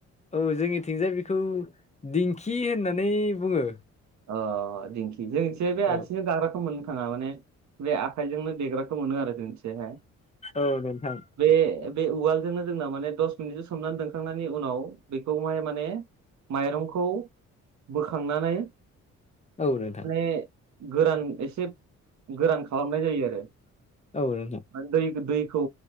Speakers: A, on the left (about 20°); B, on the right (about 70°).
A: औ जोंनिथिंजाय बिखौ दिंखि होननानै बुङो
B: अ दिंखि जोंसे बे आथिंजों
A: औ
B: गाग्राखौ मोन थाङा माने बे आखाइजोंनो देग्राखौ मोनो आरो जोंनिथिं
A: औ नोंथां
B: बे बे उवालजोंनो जोंना माने दस मिनिटसो सोमनानै दोनखांनायनि उनाव बेखौहाय माने माइरंखौ बोखांनानै
A: औ नोंथां
B: माने गोरान एसे गोरान खालामनाय जायो आरो
A: औ नोंथां
B: दै दै खौ